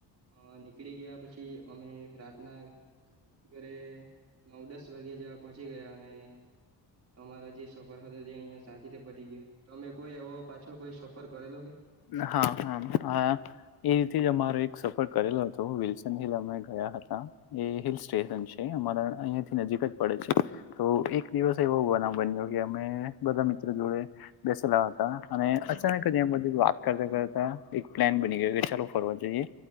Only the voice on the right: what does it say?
અ નીકળી ગયા પછી અમે રાતના ઘરે નવ દસ વાગ્યા જેવા પહોંચી ગયા અને તમારો જે સફર હતો તે અહિયા શાંતિ થી પતી ગયો, તમે કોઈ એવો પાછો કોઈ સફર કરેલો કે?